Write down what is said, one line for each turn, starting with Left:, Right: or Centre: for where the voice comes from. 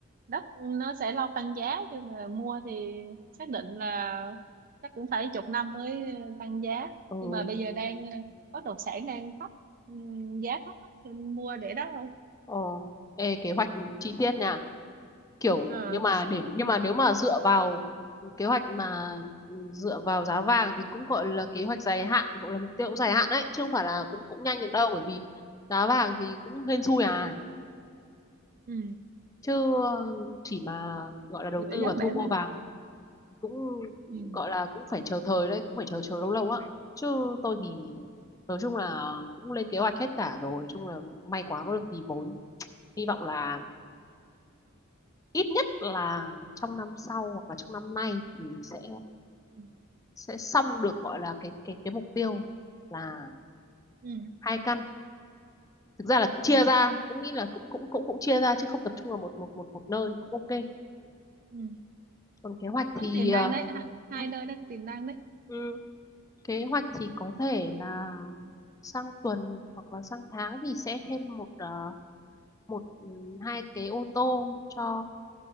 Right: đất nó sẽ lâu tăng giá nhưng mà mua thì xác định là chắc cũng phải chục năm mới tăng giá
Left: ừ
Right: nhưng mà bây giờ đang bất động sản đang thấp ừm, giá thấp á, nên mua để đó thôi
Left: ờ Ê, kế hoạch chi tiết nha kiểu
Right: à
Left: nhưng mà để nhưng mà nếu mà dựa vào kế hoạch mà ừ, dựa vào giá vàng thì cũng gọi là kế hoạch dài hạn cũng là mục tiêu cũng dài hạn đấy chứ không phải là cũng cũng nhanh
Right: ừ.
Left: được đâu bởi vì giá vàng thì cũng hên xui à
Right: Ừ.
Left: chứ chỉ mà gọi là đầu
Right: giữa
Left: tư
Right: gió
Left: và thu
Right: bẻ
Left: mua
Right: măng
Left: vàng cũng
Right: ừ.
Left: gọi là cũng phải chờ thời đấy cũng phải chờ chờ lâu lâu á chứ tôi thì nói chung là cũng lên kế hoạch hết cả rồi chung là may quá có được tí vốn hy vọng là ít nhất là trong năm sau hoặc là trong năm nay thì sẽ
Right: Ừ.
Left: sẽ xong được gọi là cái cái cái mục tiêu là
Right: Ừ.
Left: hai căn thực ra là cũng chia
Right: Ừ.
Left: ra cũng nghĩ là cũng cũng cũng cũng chia ra chứ không tập trung vào một một một một nơi cũng ok
Right: Ừ.
Left: còn kế hoạch thì
Right: thấy tiềm
Left: ờ,
Right: năng đấy ha- hai
Left: ừ,
Right: nơi đó tiềm năng đấy
Left: ừ. kế hoạch thì có thể là sang tuần hoặc là sang tháng thì sẽ thêm một ờ, một ừ, hai cái ô tô cho